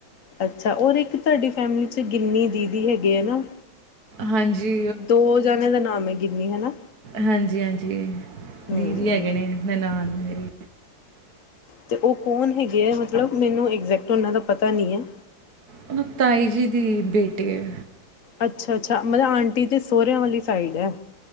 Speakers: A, on the left (about 50°); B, on the right (about 55°).
A: ਅੱਛਾ ਹੋਰ ਇੱਕ ਤੁਹਾਡੀ ਫੈਮਿਲੀ ਚ ਗਿੰਨੀ ਦੀਦੀ ਹੈਗੇ ਹੈ ਨਾ
B: ਹਾਂਜੀ,
A: ਦੋ ਜਾਣਿਆ ਦਾ ਨਾਮ ਹੈ ਗਿਨੀ ਹਨਾ
B: ਹਾਂਜੀ-ਹਾਂਜੀ
A: ਹਮ
B: ਦੀਦੀ ਹੈਗੇ ਨੇ ਨਨਾਨ ਮੇਰੀ
A: ਤੇ ਉਹ ਕੌਣ ਹੈਗੇ ਹੈ ਮਤਲਬ ਮੈਨੂੰ ਐਗਜੈਕਟ ਉਹਨਾਂ ਦਾ ਪਤਾ ਨਹੀਂ ਹੈ।
B: ਉਹਨੂੰ ਤਾਈ ਜੀ ਦੀ ਬੇਟੀ ਹੈ।
A: ਅੱਛਾ-ਅੱਛਾ, ਮਤਲਬ ਆਂਟੀ ਤੇ ਸੋਹਰਿਆਂ ਵਾਲੀ ਸਾਈਡ ਹੈ।